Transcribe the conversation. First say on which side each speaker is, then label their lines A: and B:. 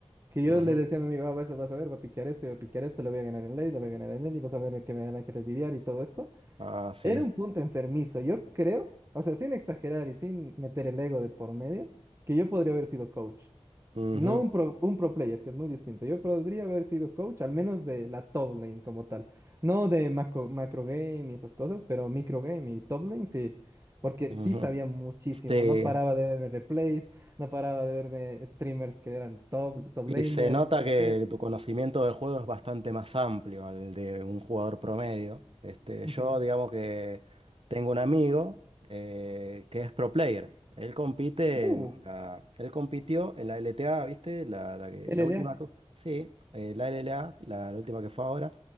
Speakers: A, on the right; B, on the right.
A: que yo
B: Ujú.
A: le decía a mi amigo, "Ah, vas, a vas a ver, va a piquear esto, y va a piquear esto, le voy a ganar en late, le voy a ganar en él y vas a ver que me van a querer diviar y todo esto.
B: Ah, sí.
A: Era un punto enfermizo, yo creo, o sea, sin exagerar y sin meter el ego de por medio, que yo podría haber sido coach.
B: Ujú,
A: No un pro, un pro player, que es muy distinto. Yo podría haber sido coach, al menos de la top lane como tal. No de macro, macro game y esas cosas, pero micro game y top lane sí. Porque
B: ujú.
A: sí sabía muchísimo.
B: Sí.
A: No paraba de verme replays, no paraba de verme streamers que eran top, top
B: Y
A: laners,
B: se nota
A: OPPs.
B: que tu conocimiento del juego es bastante más amplio al de un jugador promedio. Este,
A: Ujú.
B: yo digamos que tengo un amigo eh, que es pro player. Él compite
A: Uh,
B: en la- él compitió en la LTA, ¿viste? La, la que-
A: LLA.
B: la última, que- sí, eh, la LLA, la, la última que fue ahora.